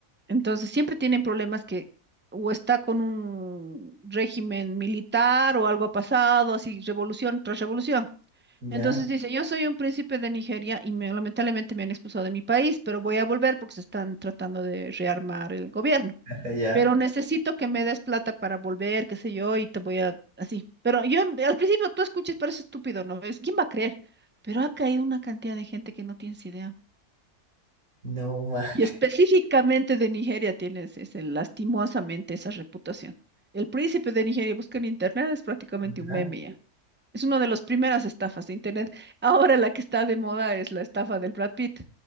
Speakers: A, on the right (about 15°); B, on the right (about 70°).
A: entonces siempre tienen problemas que o está con un régimen militar o algo ha pasado, así revolución tras revolución.
B: ya,
A: Entonces dice, yo soy un príncipe de Nigeria y me- lamentablemente me han expulsado de mi país, pero voy a volver porque se están tratando de rearmar el gobierno.
B: <laughs> ya.
A: Pero necesito que me des plata para volver, qué sé yo, y te voy a así. Pero yo al principio tú escuchas, parece estúpido, ¿no ves? ¿Quién va a creer? Pero ha caído una cantidad de gente que no tienes idea.
B: No mate.
A: Y específicamente de Nigeria tienes ese, lastimosamente esa reputación. El príncipe de Nigeria busca en internet, es prácticamente
B: Ya,
A: un meme ya. Es una de las primeras estafas de Internet. Ahora la que está de moda es la estafa del Brad Pitt.